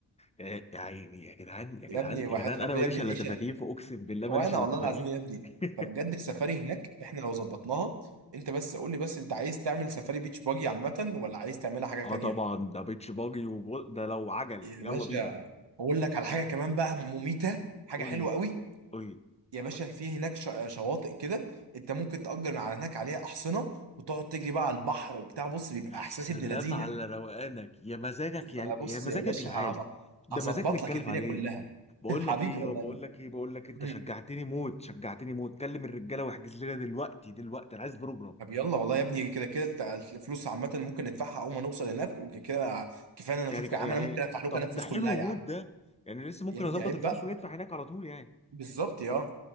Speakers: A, on the left; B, on the right.
A: يا يا عيني يا جدعان يا جدعان
B: يا ابني وحياة
A: يا جدعان انا
B: ربنا
A: ماليش
B: يا ابني
A: الا
B: العيشه
A: تفاتيف اقسم بالله
B: وانا
A: ماليش الا
B: والله
A: تفاتيف
B: العظيم يا ابني
A: <laughs>
B: فبجد السفاري هناك احنا لو ظبطناها انت بس قول لي بس انت عايز تعمل سفاري بيتش باجي عامه ولا عايز تعملها حاجه
A: اه
B: تانيه
A: طبعا ده بيتش باجي وبول ده لو عجل
B: يا
A: يلا
B: باشا
A: بينا
B: اقول لك على حاجه كمان بقى مميته حاجه
A: قول
B: حلوه
A: لي
B: قوي
A: قول لي
B: يا باشا في هناك شا- شواطئ كده انت ممكن تأجر على هناك عليها احصنه وتقعد تجري بقى على البحر وبتاع بص بيبقى
A: يا
B: احساس
A: سلام
B: ابن لذينه
A: على روقانك يا مزاجك يا
B: فانا بص
A: يا مزاجك
B: يا باشا
A: العالي
B: هظب-
A: ده
B: هظبط
A: مزاج متكلف
B: لك الدنيا
A: عليه
B: كلها
A: بقول
B: <laughs> حبيبي
A: لك ايه
B: والله
A: يا بقول لك ايه بقول لك انت
B: مم.
A: شجعتني موت شجعتني موت كلم الرجاله واحجز لنا دلوقتي دلوقتي انا عايز بروجرام
B: طب يلا والله يا ابني كده كده بتاع الفلوس عامه ممكن ندفعها اول ما نوصل هناك وكده كفايه إن انا
A: يعني
B: اشوفك
A: يعني
B: يا عم انا ممكن ادفع لك
A: طب
B: انا الفلوس
A: ده حلو
B: كلها يا
A: موت
B: عم
A: ده يعني لسه ممكن
B: يا ابني
A: اظبط
B: عيب
A: الفلوس
B: بقى
A: وندفع هناك على طول يعني
B: بالظبط يا